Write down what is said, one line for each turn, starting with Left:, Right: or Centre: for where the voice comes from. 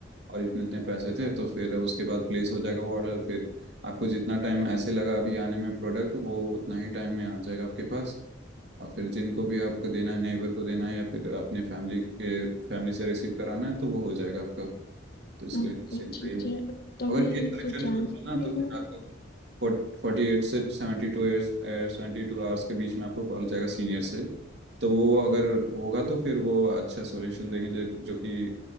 Right: और इतने इतने पैसे थे तो फिर उसके बाद प्लेस हो जाएगा वो ऑर्डर फिर आपको जितना टाइम ऐसे लगा अभी आने में प्रोडक्ट वो उतना ही टाइम में आ जाएगा आपके पास और फिर जिनको भी आपको देना है नेबर को देना है या फिर अपने फैमिली के फैमिली से रिसीव कराना है तो वो हो जाएगा आपका तो इसके
Left: ओके
Right: सेम
Left: ठीक
Right: पे ही है।
Left: है तो
Right: अगर
Left: मैं ये
Right: ये सेक्शन
Left: कि जान
Right: शूट
Left: सकती
Right: है ना तो फिर
Left: हूँ
Right: आपको फोर्टी एट से सेवेंटी टू एयर्स सेवेंटी टू आवर्स के बीच में आपको कॉल जाएगा सीनियर से तो वो अगर होगा तो फिर वो अच्छा सॉल्यूशन देंगे जो जो कि